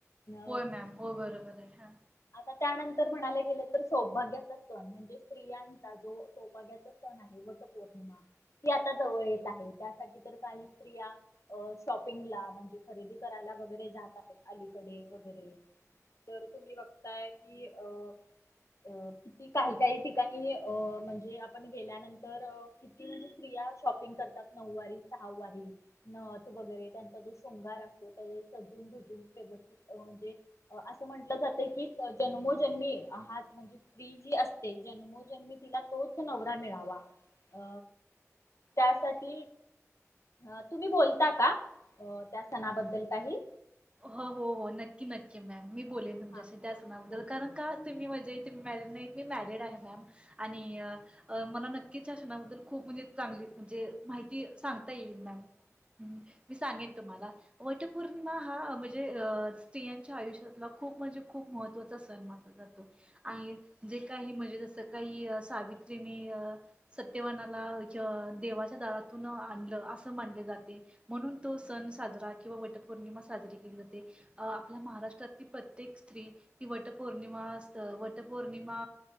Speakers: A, on the left (about 65°); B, on the right (about 20°).
A: अ
B: होय मॅम, हो बरोबरे, हा.
A: आता त्यानंतर म्हणायला गेलं तर सौभाग्याचा सण, म्हणजे स्त्रियांचा जो सौभाग्याचा सण आहे. वट पौर्णिमा ती आता जवळ येत आहे त्यासाठी तर काही स्त्रिया. अ शॉपिंगला म्हणजे खरेदी करायला वगैरे जात आहेत अलीकडे वगैरे. तर तुम्ही बघताय की अं. अ किती काही काही ठिकाणी अ म्हणजे आपण गेल्यानंतर. म्हणजे स्त्रिया शॉपिंग करतात नऊवारी सहा वारी. नथ वगैरे त्यांचा जो शृंगार असतो त्या सजून जून व्यवस्थित म्हणजे असं म्हटलं जातं की जन्मोजन्मी हाच म्हणजे स्त्री जी असते जन्मोजन्मी तिला तोच नवरा मिळावा. अ त्यासाठी अ तुम्ही बोलता का त्या सणाबद्दल काही?
B: हो हो हो नक्की नक्की मॅम मी बोलेन तुमच्याशी
A: हा
B: त्या सणाबद्दल
A: बोला
B: कारण का तुम्ही म्हणजेही मॅरड नाही मी मॅरिड आहे मॅम आणि अ मला नक्कीच शषणाबद्दल खूप म्हणजे चांगली म्हणजे माहिती सांगता येईल मॅम. मी सांगन तुम्हाला वटपौर्णिमा हा म्हणजे स्त्रियांच्या आयुष्यातला खूप म्हणजे खूप महत्त्वाचा सण मानला जातो. आणि जे काही म्हणजे जसं काही सावित्रीनी अ सत्यवानाला देवाच्या दारातून आणलं असं मानले जाते. म्हणून तो सण साजरा किंवा वटपौर्णिमा साजरी केली जाते, आपल्या महाराष्ट्रातली प्रत्येक ही वटपौर्णिमा अस वटपौर्णिमा